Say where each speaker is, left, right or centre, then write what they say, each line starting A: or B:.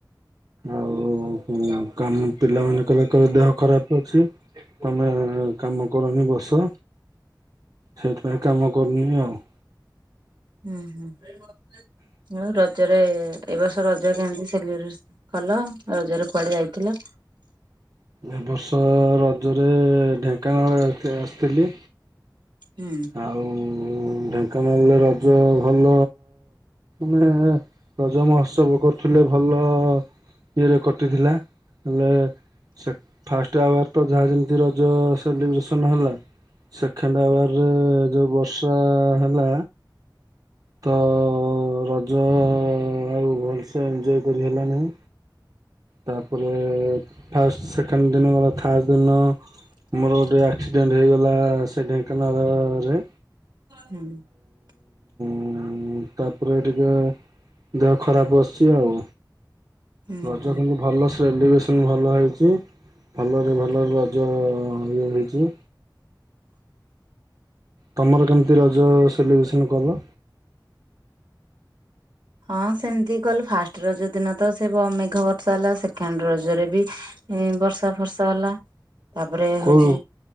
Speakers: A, on the right; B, on the right.
A: ଆଉ ଉଁ କାମ ପିଲାମାନେ କହିଲେ କହିଲେ ଦେହ। ଖରାପ ଅଛି ତମେ କାମ କରନି ବସ। ସେଥିପାଇଁ କାମ କରୁନି ଆଉ।
B: ହୁଁ ହୁଁ ଆଉ ର ରଜରେ ଏ ବର୍ଷ ରଜ କେମିତି ସେଲିବ୍ରେଶନ କଲ ରଜରେ କୁଆଡେ ଯାଇଥିଲ?
A: ଏ ବର୍ଷ ରଜରେ ଢେଙ୍କାନାଳ ଆ-ଆସିଥିଲି।
B: ହୁଁ
A: ଆଉ ଢେଙ୍କାନାଳରେ ରଜ ଭଲ। ମାନେ ରଜ ମହୋତ୍ସବ କରୁଥିଲେ ଭଲ ଇଏରେ କଟିଥିଲା। ହେଲେ ସେ ଫାର୍ଷ୍ଟ ଆୱାର ତ ଯାହା ଯେମିତି ରଜ ସେଲିବ୍ରେସନ ହେଲା। ସେଖେଣ୍ଡବା ରେ ଯୋଉ ବର୍ଷା ହେଲା ତ। ରଜ ଆଉ ଭଲ ସେ ଏଞ୍ଜୋଏ କରି ହେଲାନାହିଁ। ତାପରେ ଫାର୍ଷ୍ଟ ସେକେଣ୍ଡ ଦିନ ଗଲା ଥାର୍ଡ ଦିନ ମୋର ଗୋଟେ ଆକ୍ସିଡେଣ୍ଟ ହେଇଗଲା ସେ ଢେଙ୍କାନାଳ ରେ।
B: ହୁଁ।
A: ଉଁ ତାପରେ ଟିକେ ଦେହ ଖରାପ ବସିଛି ଆଉ।
B: ହୁଁ
A: ରଜ
B: ହୁଁ
A: କିନ୍ତୁ ଭଲ ସ ସେଲିବ୍ରେସନ ଭଲ ହେଇଛି ଭଲରେ ଭଲରେ ରଜ ଇଏ ହେଇଛି।
B: ହଁ
A: ତମର କେମିତି ରଜ ସେଲିବ୍ରେସନ କଲ?
B: ହଁ ସେମିତି କଲୁ ଫାର୍ଷ୍ଟ ରଜ ଦିନ ତ ସେ ବ ମେଘ ବର୍ଷା ହେଲା ସେକେଣ୍ଡ ରଜରେ ବି। ଏ ବର୍ଷା ଫର୍ଷା ହେଲା। ତାପରେ
A: କଉ
B: ହଉଛି